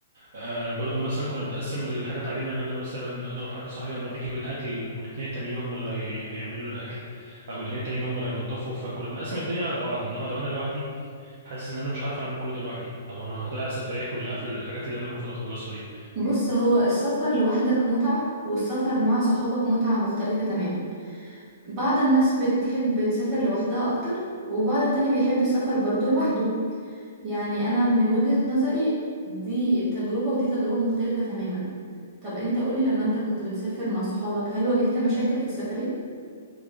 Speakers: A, on the right; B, on the right.
A: آه برضو مثلا كنا بنقسم الحاجات علينا ان انا مثلا انا وحد صاحبي هنروح نجيب الاكل والاتنين التانيين هم اللي هي- هيعملوا الاكل او الاتنين التانيين هم اللي هينضفوا فكنا بنقسم الدنيا على بعض انما لو انا لوحدي حاسس ان انا مش هعرف اعمل كل ده لوحدي او انا هضيع السفرية كلها في الحاجات اللي انا المفروض اخلصها دي
B: بص هو السفر لوحدك متعه والسفر مع صحابك متعه مختلفه تماما بعض الناس بتحب تسافر لوحدها اكتر وبعض التاني بيحب السفر برضو لوحده يعني انا من وجهة نظري دي تجربة ودي تجربة مختلفة تماما طب انت قولي لما انت كنت بتسافر مع صحابك هل واجهت مشاكل في السفرية